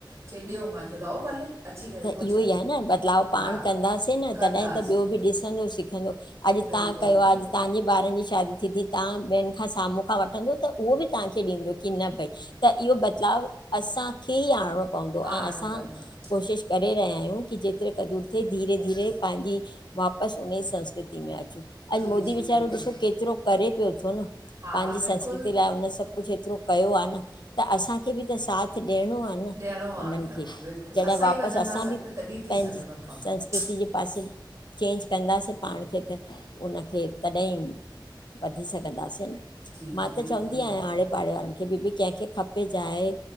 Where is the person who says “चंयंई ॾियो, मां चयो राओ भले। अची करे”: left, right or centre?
Right